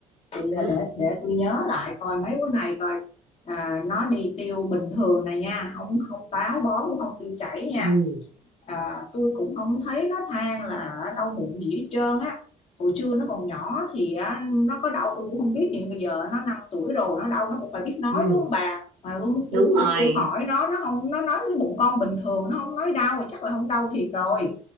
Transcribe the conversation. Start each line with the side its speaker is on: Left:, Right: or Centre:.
Left: chị
Right: đó
Left: để để tôi nhớ lại coi mấy bữa này coi à, nó đi tiêu bình thường này nha không không táo bón cũng không tiêu chảy nha
Right: ừ,
Left: à, tôi cũng không thấy nó than là đau bụng gì hết trơn á hồi xưa nó còn nhỏ thì à, nó có đau tôi cũng không biết nhưng bây giờ nó 5 tuổi rồi nó đau nó cũng phải biết nói
Right: ừ,
Left: đúng không bà mà luôn
Right: đúng
Left: tôi tôi
Right: rồi
Left: tôi hỏi nó nó không nó nói cái bụng con bình thường nó không nói đau chắc là không đau thiệt rồi